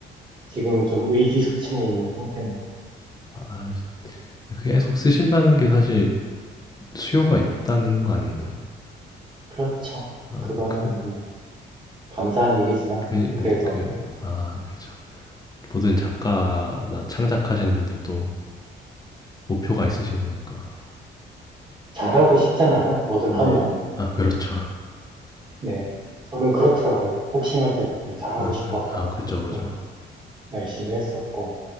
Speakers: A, on the right; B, on the left.
A: 지금은 좀 의기소침해 있는 상태입니다.
B: 아, 계속 쓰신다는 게 사실 수요가 있다는 거 아닌가요?
A: 그렇죠.
B: 아,
A: 그거는
B: 네, 그
A: 네, 감사한 일이지만
B: 근데
A: 그래도
B: 그, 아, 그죠. 모든 작가나 창작하시는 분들도 목표가 있으신 거니까.
A: 잘하고 싶잖아요. 뭐든
B: 네.
A: 하면.
B: 아, 그렇죠.
A: 네. 저는 그렇더라고요. 복싱할 때도 좀 잘하고
B: 아,
A: 싶어서
B: 그, 아, 그죠, 그죠.
A: 좀 열심히 했었고.